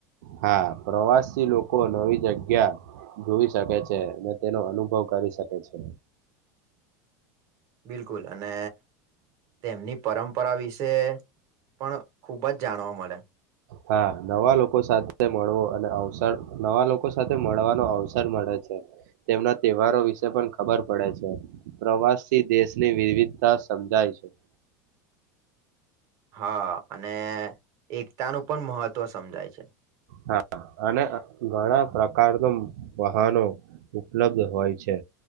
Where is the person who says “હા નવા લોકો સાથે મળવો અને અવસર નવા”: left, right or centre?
Right